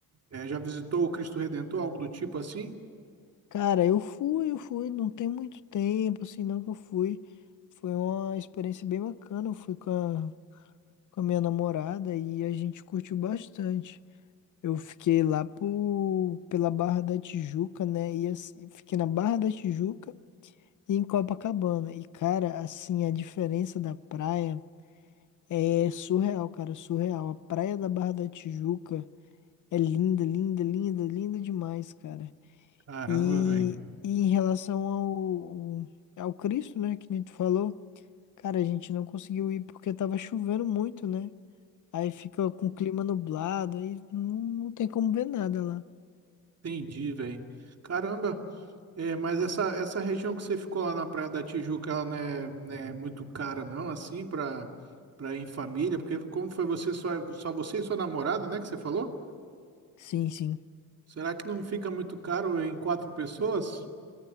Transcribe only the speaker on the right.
Eh, já visitou o Cristo Redentor, algo do tipo assim?
Caramba,
velho.
Entendi, velho. Caramba. É, mas essa, essa região que você ficou lá na Praia da Tijuca, ela não é, não é muito cara, não, assim, pra, pra ir em família? Porque como foi você só, só você e sua namorada, né, que você falou?
Será que não fica muito caro em quatro pessoas?